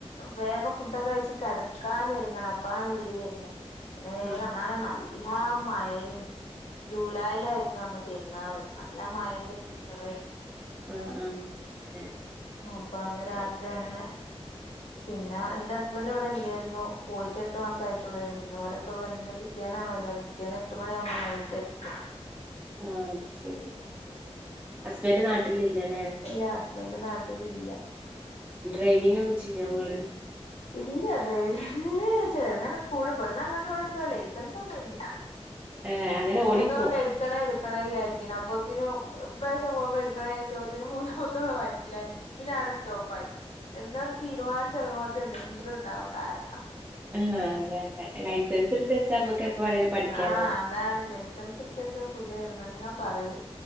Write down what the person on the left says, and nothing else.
വേഗം ഫുഡൊക്കെ കഴിച്ച് കെടക്കാനൊരുങ്ങണം ഇപ്പളാണ് വിളി വരണെ പിന്നെ വേഗം
അന്നാണെ നല്ലോണം മഴയും ജൂലായിലായിരുന്നു അന്ന് പെരുന്നാള് നല്ല മഴന്റെ സീസണ്
ഓഹ് അപ്പൊ അന്ന് രാത്രി അങ്ങനെ പിന്നാ ഇന്റെ ഹസ്ബൻഡ് ഇവിടെ ഇല്ലേരുന്നു പോയിട്ട് എട്ട് മാസം ആയിട്ടൊള്ളോനി പിന്നെ ഓലെക്കെ വന്ന് പിറ്റേന്ന് ആണല്ലോ പിറ്റേന്ന് എട്ട് മണിയാകുമ്പോ മയ്യത്തെടുത്ത്
ഇല്ലാ ഹസ്ബൻ്റ് നാട്ടില് ഇല്ല
ഇല്ല ഡ്രൈവിംഗ് <unintelligible> സ്കൂളി ഇവടുന്നു അങ്ങോട്ട് ഇങ്ങട്ട് പോവും ലൈസൻസ് ഒന്നും ഇല്ല
എന്തുകൊണ്ട് എടു എടുക്കണം എടുക്കണം വിചാരിക്ക്ണ് അപ്പോത്തിനും ഈ പ്രാവിശ്യം പോവുമ്പോ എടുക്കണം വിചാരിച്ചപ്പോത്തിന് മൂന്നാമാത്തോളും വയ ലായി പിന്നെ അവിടെ സ്റ്റോപ്പ് ആയി എന്നാ തീരുമാനിച്ചിറങ്ങുമ്പത്തിന് എന്തെങ്കിലും ഇണ്ടാവും കാരണം
ആഹ് അതാണ് ലൈസൻസ് എടുത്ത് വെച്ചാ സുഖായിരുന്നു അങ്ങ പറയും